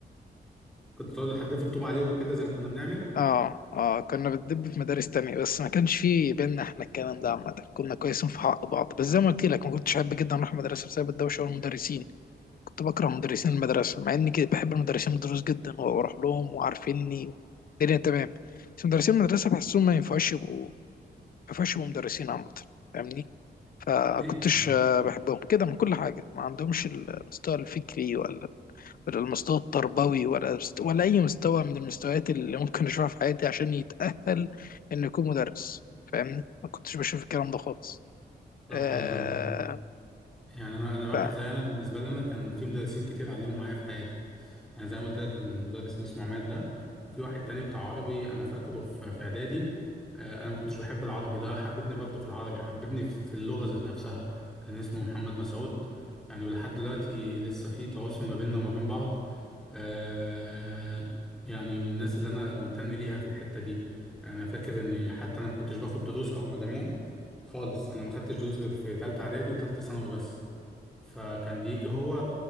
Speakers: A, in the centre; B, on the left.
A: كنت تقعد تحدفوا الطوب عليهم وكده زي ما كنا بنعمل
B: اه اه كنا بندب في مدارس تانية بس ما كانش في بينا احنا الكلام ده عامة كنا كويسين في حق بعض بس زي ما قلت لك ما كنتش احب جدا اروح المدرسة بسبب الدوشة والمدرسين كنت بكره مدرسين المدرسة مع اني كده بحب المدرسين الدروس جدا واروح لهم وعارفيني الدنيا تمام بس مدرسين المدرسة بحسهم ما ينفعش يبقوا ما ينفعش يبقوا مدرسين عامة فاهمني فكنتش
A: ليه يعني؟
B: آه، بحبهم كده من كل حاجة ما عندهمش المستوى الفكري ولا ولا المستوى التربوي ولا است- ولا اي مستوى من المستويات اللي ممكن اشوفها في حياتي عشان يتأهل انه يكون مدرس فاهمني ما كنتش بشوف الكلام ده خالص
A: لا
B: آه
A: خالص يعني يعني انا انا واحد
B: ف ما
A: زي انا بالنسبه لي انا كان في مدرسين كتير علموا معايا في حياتي يعني زي ما قلت لك المدرس اللي اسمه عماد ده وفي واحد تاني بتاع عربي انا فاكره في في اعدادي آه، انا ما كنتش بحب العربي ده حببني برضه في العربي حببني في في اللغه ذات نفسها كان اسمه محمد مسعود يعني ولحد دلوقتي لسه في تواصل ما بيننا وما بين بعض آه، يعني من الناس اللي انا ممتن ليها في الحته دي يعني انا فاكر ان حتى انا ما كنتش باخد دروس او مجاميع خالص انا ما خدتش دروس غير في تالتة اعدادي وتالتة ثانوي بس فكان بيجي هو